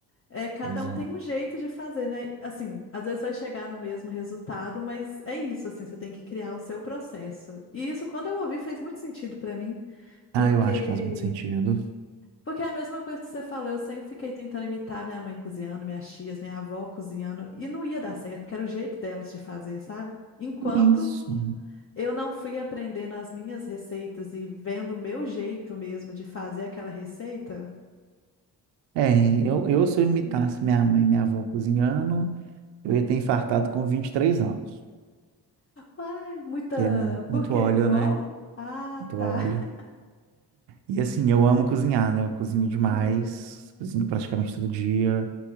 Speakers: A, on the left; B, on the right.
A: É, cada
B: Pois
A: um
B: é.
A: tem um jeito de fazer, né? Assim, às vezes vai chegar no mesmo resultado, mas é isso, assim, você tem que criar o seu processo. E isso, quando eu ouvi, fez muito sentido pra mim,
B: Ah,
A: porque
B: eu acho que faz muito sentido.
A: porque é a mesma coisa que você falou, eu sempre fiquei tentando imitar minha mãe cozinhando, minhas tias, minha avó cozinhando, e não ia dar certo, porque era o jeito delas de fazer, sabe? Enquanto
B: Isso.
A: Eu não fui aprender nas minhas receitas e vendo o meu jeito mesmo de fazer aquela receita.
B: É, eu, eu se eu imitasse
A: Hum.
B: minha mãe e minha avó cozinhando. Eu ia ter infartado com 23 anos.
A: Ai, muita.
B: Que é mu- muito
A: Por quê?
B: óleo,
A: Muito
B: né?
A: óleo? Ah,
B: Muito óleo.
A: tá. <laughs>
B: E assim, eu amo cozinhar, né? Eu cozinho demais.
A: Uhum.
B: Cozinho praticamente todo dia.